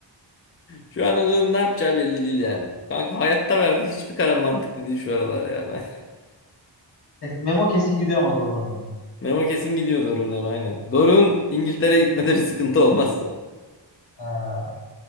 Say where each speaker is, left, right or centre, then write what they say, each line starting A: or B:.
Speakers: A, on the left (about 30°); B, on the left (about 60°).
A: Şu anda da ne yapacağı belli değil yani. Kanka hayatta verdiği hiçbir karar mantıklı değil şu aralar ya. Ben...
B: E, Memo kesin gidiyor ama Doruk'un evine.
A: <laughs> Memo kesin gidiyor Doruk'un eve aynen. Doruk'un İngiltere'ye gitmede bir sıkıntı olmazsa.
B: Ha.